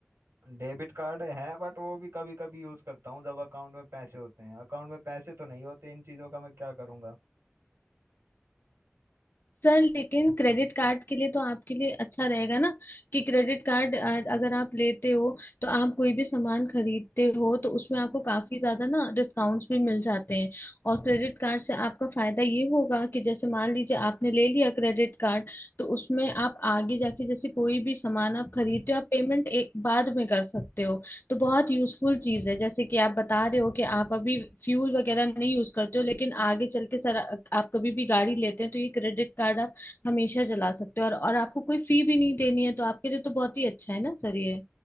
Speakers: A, on the right; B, on the left.
A: डेबिट कार्ड है बट वो भी कभी कभी यूज करता हूँ जब अकाउंट में पैसे होते हैं अकाउंट में पैसे तो नहीं होते इन चीजों का मैं क्या करूंगा
B: सर लेकिन क्रेडिट कार्ड के लिए तो आपके लिए अच्छा रहेगा ना कि क्रेडिट कार्ड अगर आप लेते हो तो आप कोई भी सामान खरीदते हो तो उसमें आपको काफी ज्यादा ना डिस्काउंट्स भी मिल जाते हैं और क्रेडिट कार्ड से आपका फायदा ये होगा कि जैसे मान लीजिए आपने ले लिया क्रेडिट कार्ड तो उसमें आप आगे जाके जैसे कोई भी सामान आप खरीदते हो आप पेमेंट एक बाद में कर सकते हो तो बहुत यूजफुल चीज है जैसे कि आप बता रहे हो कि आप अभी फ्यूल वगैरह नहीं यूज करते हो लेकिन आगे चल के सर आप कभी भी गाड़ी लेते हैं तो ये क्रेडिट कार्ड आप हमेशा चला सकते हो और, और आपको कोई फी भी नहीं देनी है तो आपके लिए तो बहुत ही अच्छा है ना सर ये